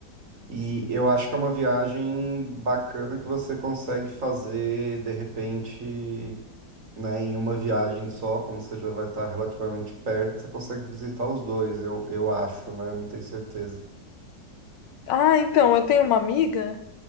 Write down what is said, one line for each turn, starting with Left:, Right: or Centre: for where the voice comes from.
Right: E eu acho que é uma viagem bacana que você consegue fazer de repente, né, em uma viagem só, como você já vai estar relativamente perto, você consegue visitar os dois, eu, eu acho, né? Não tenho certeza.
Left: Ah, então, eu tenho uma amiga